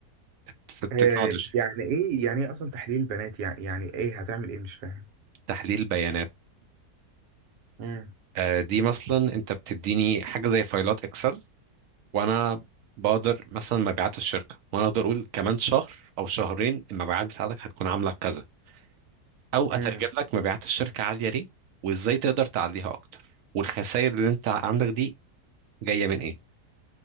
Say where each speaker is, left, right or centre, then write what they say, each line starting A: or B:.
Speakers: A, on the right; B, on the right.
A: في التكنولوجي
B: آه، يعني إيه يعني إيه أصلا تحليل البنات يعني يعني إيه هتعمل إيه مش فاهم
A: تحليل بيانات
B: امم
A: آه، دي مثلا أنت بتديني حاجة زي فايلات إكسل وأنا بقدر مثلا مبيعات الشركة وأنا أقدر أقول كمان شهر أو شهرين المبيعات بتاعتك هتكون عاملة كذا او
B: امم
A: اترجم لك مبيعات الشركه عاليه ليه وازاي تقدر تعليها اكتر والخسائر اللي انت عندك دي جايه من ايه